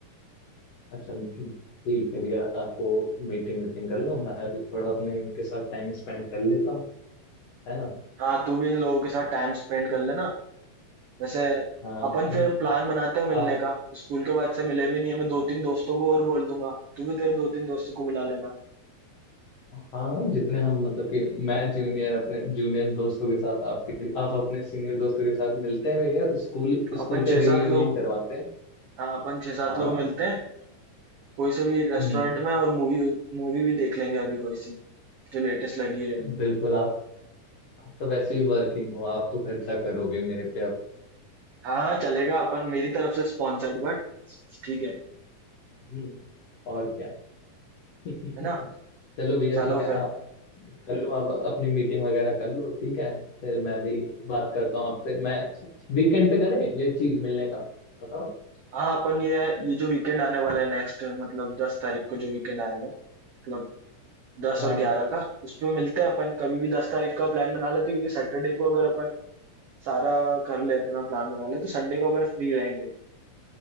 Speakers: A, on the left (about 55°); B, on the right (about 80°).
A: अच्छा ठीक है भैया आपको मीटिंग वीटिंग कर लो मैं भी थोड़ा अपने इनके साथ टाइम स्पेंड कर लेता हूँ है ना
B: हाँ, तू भी इन लोगों के साथ टाइम स्पेंड कर लेना। वैसे
A: हाँ
B: अपन
A: इन
B: फिर प्लान बनाते हैं मिलने
A: आ,
B: का। स्कूल के बाद से मिले भी नहीं है। मैं 2-3
A: आ,
B: दोस्तों को और बोल दूंगा। तू भी तेरे 2-3 दोस्तों को बुला लेना।
A: हाँ जितने हम मतलब कि मैं जूनियर अपने जूनियर दोस्तों के साथ आपके आप अपने सीनियर दोस्तों के साथ मिलते हैं भैया स्कूल
B: अपन
A: स्कूल का
B: 6-7
A: रीयूनियन
B: लोग
A: करवाते हैं
B: हाँ, अपन 6-7
A: हाँ
B: लोग मिलते हैं। कोई से भी रेस्टोरेंट
A: हम्म
B: में और मूवी मूवी भी देख लेंगे अभी कोई सी, जो लेटेस्ट लगी रहेगी।
A: बिल्कुल आप आप तो वैसे ही वर्किंग हो आप तो खर्चा करोगे मेरे पे अब
B: हाँ चलेगा अपन मेरी तरफ से स्पॉन्सर्ड बट ठीक है
A: हम्म, और क्या
B: है ना
A: <laughs> चलो भैया
B: चलो
A: ठीक है
B: फिर
A: आप कर लो आप अपनी मीटिंग वगैरह कर लो ठीक है फिर मैं भी बात करता हूँ आपसे मैं वीकेंड पे करें ये चीज मिलने का बताओ
B: हाँ अपन ये ये जो वीकेंड आने वाला है नेक्स्ट मतलब दस तारीख को जो वीकेंड आएगा मतलब दस
A: हाँ
B: और ग्यारह का उस पे मिलते हैं अपन कभी भी दस तारीख का प्लान बना लेते हैं क्योंकि सैटरडे को अगर अपन सारा कर ले अपना प्लान बना ले तो संडे को अपन फ्री रहेंगे